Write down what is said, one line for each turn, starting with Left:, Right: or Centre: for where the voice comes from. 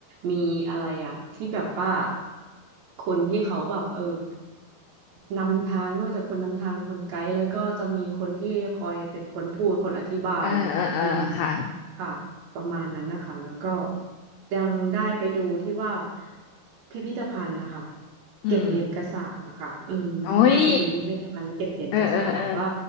Right: มีอะไรอะที่แบบว่าคนที่เขาแบบเออนำทางนอกจากคนนำทางคนไกด์แล้วก็จะมีคนที่คอยเป็นคนพูดคนอธิบายอะค่ะอืม
Left: เออเออเออค่ะ
Right: ค่ะประมาณนั้นนะคะแล้วก็ยังได้ไปดูที่ว่าพิพิธภัณฑ์นะคะ
Left: อืม
Right: เก็บเหรียญกระสาปอะค่ะอืมเขาพาไปดูพิพิธภัณฑ์เก็บเหรียญกระสาปว่า
Left: โอ้ย เออเออเออ